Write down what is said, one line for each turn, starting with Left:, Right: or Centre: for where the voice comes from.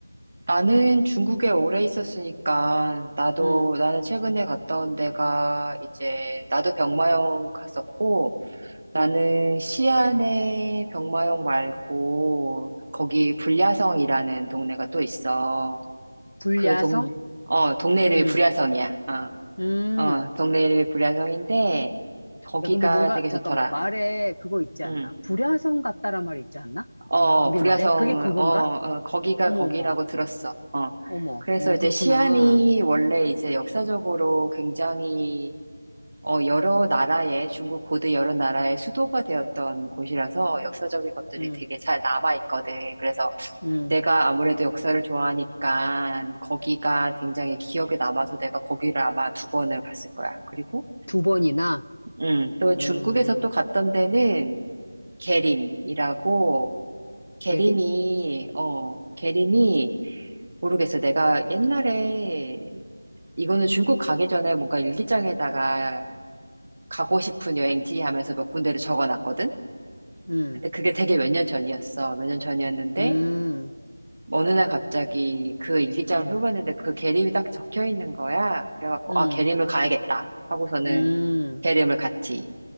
Right: 나는 중국에 오래 있었으니까, 나도,
Left: 음.
Right: 나는 최근에 갔다 온 데가 이제, 나도 병마용 갔었고, 나는
Left: 음.
Right: 시안에 병마용 말고, 거기 불야성이라는 동네가 또 있어.
Left: 불야성?
Right: 그 동, 어, 동네 이름이
Left: 음.
Right: 불야성이야.
Left: 음.
Right: 어, 어, 동네 이름이 불야성인데, 거기가
Left: 야, 근데 뭔가
Right: 되게
Left: 잠깐만
Right: 좋더라.
Left: 말에 그거 있지
Right: 응.
Left: 않나? 불야성 같다란 말이 있지 않나?
Right: 어,
Left: 우리말에?
Right: 불야성,
Left: 그게 그건가?
Right: 어, 어, 거기가
Left: 어머
Right: 거기라고
Left: 어머.
Right: 들었어. 어.
Left: 어머.
Right: 그래서
Left: 어,
Right: 이제
Left: 그렇구나.
Right: 시안이 원래 이제 역사적으로 굉장히, 어, 여러 나라의, 중국 고대 여러 나라의 수도가 되었던 곳이라서 역사적인 것들이
Left: 음.
Right: 되게 잘 남아있거든. 그래서
Left: 음.
Right: 내가 아무래도 역사를 좋아하니까 거기가 굉장히 기억에 남아서 내가 거기를 아마 두 번을 갔을 거야. 그리고,
Left: 두 번이나
Right: 음, 또 중국에서
Left: 음.
Right: 또 갔던 데는 계림이라고, 게림이,
Left: 계림?
Right: 어, 게림이, 모르겠어. 내가 옛날에, 이거는 중국 가기 전에 뭔가 일기장에다가 가고 싶은 여행지 하면서 몇 군데를 적어 놨거든?
Left: 음.
Right: 근데 그게 되게 몇 년 전이었어. 몇 년 전이었는데,
Left: 음.
Right: 어느 날 갑자기 그 일기장을
Left: 음.
Right: 펴봤는데 그 게림이 딱 적혀 있는 거야. 그래갖고,
Left: 음.
Right: 아, 게림을 가야겠다. 하고서는
Left: 음.
Right: 게림을 갔지.